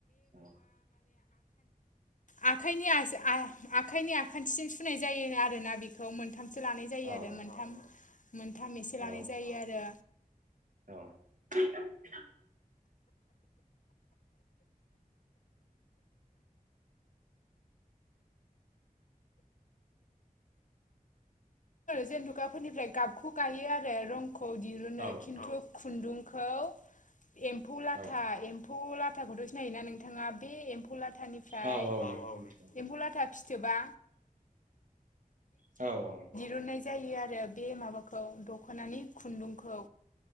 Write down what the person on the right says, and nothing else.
औ
औ
औ
<inaudible>
औ नोंथां
औ
औ औ नोंथां मिथिगौ
औ औ।